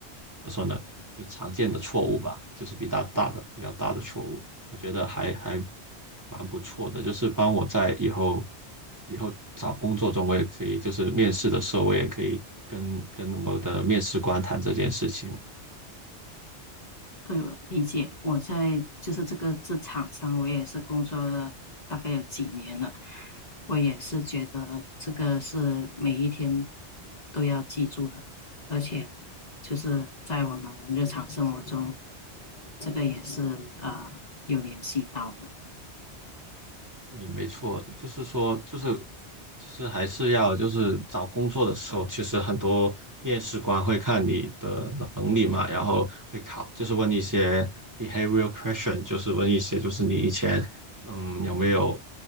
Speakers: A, on the right (about 20°); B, on the left (about 45°).
A: 怎么说呢，就常见的错误吧，就是比较大的比较大的错误。我觉得还还蛮不错的，就是帮我在以后以后找工作中，我也可以就是面试的时候，我也可以跟跟我的面试官谈这件事情。
B: 对，我理解。我在就是这个这场上，我也是工作了大概有几年了。我也是觉得这个是每一天都要记住的，而且就是在我们日常生活中，这个也是呃有联系到的。
A: 嗯，没错，就是说，就是就是还是要就是找工作的时候，其实很多面试官会看你的能力嘛，然后会考，就是问一些 behavioral question，就是问一些就是你以前嗯有没有